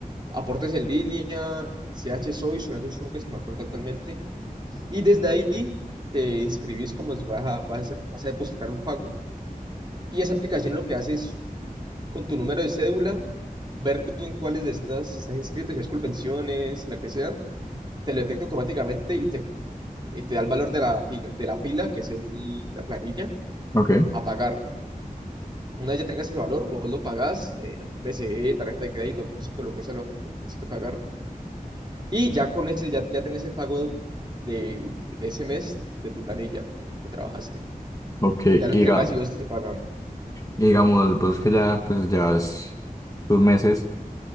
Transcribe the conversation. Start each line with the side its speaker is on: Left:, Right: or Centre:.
Right: Aportes en línea, CH Soy son las dos únicas que me acuerdo actualmente. Y desde ahí te inscribís como si vas a, vas a, hacer- vas a depositar un pago. Y esa aplicación lo que hace es, con tu número de cédula, ver tú en cuáles de estas estás inscrito, si es Colpensiones, la que sea, te lo detecta automáticamente y te, y te da el valor de la, pi- de la pila, que es el- la planilla,
Left: ok,
Right: a pagar. Una vez ya tengas ese valor, vos lo pagás, eh, PCE, tarjeta de crédito, físico, lo que sea, lo lo que tenés que pagar. Y ya con ese, ya, ya tenés el pago de, de ese mes de tu planilla que trabajaste.
Left: ok.
Right: Ya lo
Left: Y
Right: entregas
Left: diga-
Right: y ellos te pagan.
Left: y digamos, vos que ya pues llevas tus meses,